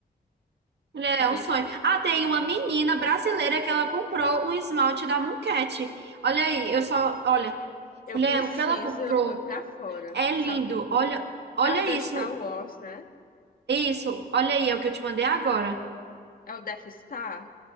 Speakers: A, on the right; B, on the left.
A: Mulher,
B: a
A: é
B: gente
A: um sonho. Ah, tem uma menina brasileira que ela comprou um esmalte da Mooncat. Olha aí, eu só, olha,
B: Eu
A: Mulher,
B: preciso
A: o que ela comprou
B: ir pra fora.
A: é
B: Sabe?
A: lindo. Olha, olha
B: É o da
A: isso.
B: Star Wars, né?
A: Isso, olha aí, é o que eu te mandei agora.
B: É o Death Star?